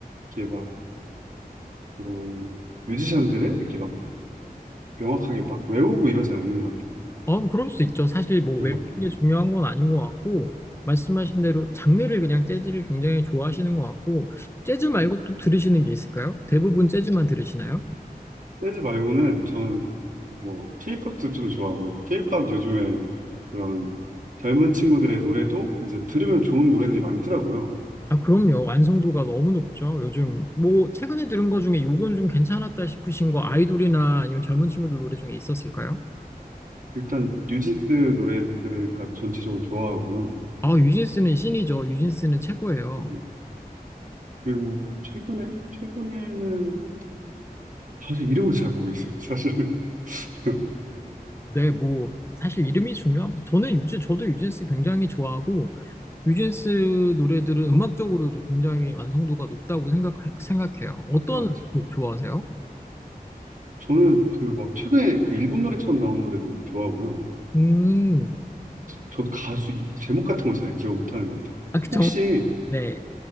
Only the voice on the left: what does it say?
어, 뭐 그럴 수 있죠. 사실 뭐
외우는 게 중요한 건 아닌 것 같고, 말씀하신 대로 장르를 그냥 재즈를 굉장히 좋아하시는 것 같고, 재즈 말고 또 들으시는 게 있을까요? 대부분 재즈만 들으시나요?
아, 그럼요. 완성도가 너무 높죠. 요즘 뭐 최근에 들은 거 중에 요건 좀 괜찮았다 싶으신 거 아이돌이나 아니면 젊은 친구들 노래 중에 있었을까요?
아, 유진스는 신이죠. 유진스는 최고예요.
네, 뭐 사실 이름이 중요한 저는 유즈 저도 유진스 굉장히 좋아하고 유진스 노래들은 음악적으로도 굉장히 완성도가 높다고 생각 생각해요. 어떤
곡 좋아하세요?
음,
아, 그 정,
네,